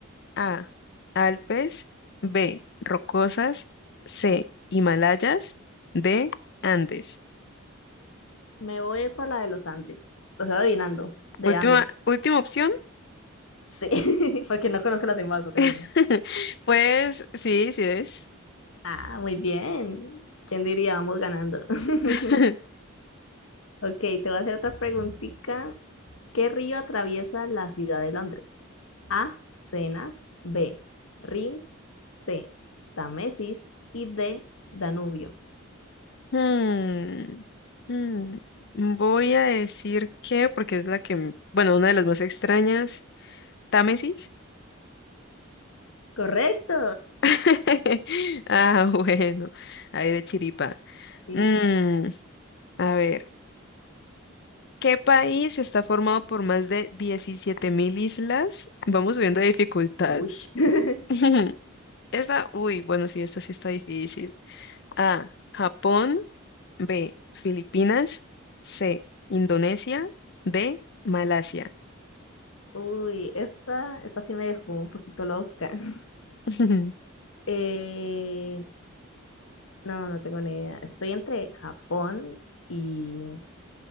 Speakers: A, on the left; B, on the left.
A: A. Alpes. B. Rocosas. C. Himalayas. D. Andes.
B: Me voy por la de los Andes. O sea, adivinando, de
A: Última,
B: Andes.
A: última opción.
B: Sí, <laughs> porque no conozco las demás, no tengo
A: <laughs>
B: ni idea.
A: Pues sí, sí es.
B: Ah, muy bien. ¿Quién diría? Vamos ganando. <laughs>
A: <laughs>
B: Ok, te voy a hacer otra preguntita ¿Qué río atraviesa la ciudad de Londres? A. Sena. B. Rin. C. Tamesis. Y D. Danubio.
A: Hmm, hmm, Voy a decir que, porque es la que, m- bueno, una de las más extrañas, Támesis.
B: Correcto.
A: <laughs> Ah, bueno, ahí de chiripa.
B: <laughs>
A: Mm,
B: Is-
A: a ver. ¿Qué país está formado por más de 17.000 islas? Vamos subiendo de dificultad.
B: Uy. <laughs>
A: <laughs> Esta, uy, bueno, sí, esta sí está difícil. A, Japón, B, Filipinas, C, Indonesia, D, Malasia.
B: Uy, esta, esta sí me dejó un poquito loca. <laughs>
A: <laughs>
B: Eh, no, no tengo ni idea. Estoy entre Japón y...